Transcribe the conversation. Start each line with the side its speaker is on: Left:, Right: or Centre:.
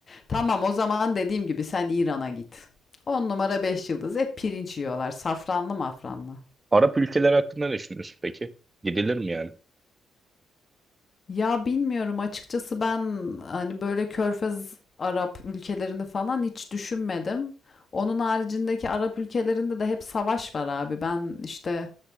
Left: Tamam o zaman dediğim gibi sen İran'a git. 10 numara 5 yıldız hep pirinç yiyorlar. Safranlı mafranlı.
Right: Arap ülkeleri hakkında ne düşünüyorsun peki? Gidilir mi yani?
Left: Ya bilmiyorum açıkçası ben hani böyle Körfez Arap ülkelerini falan hiç düşünmedim. Onun haricindeki Arap ülkelerinde de hep savaş var abi. Ben işte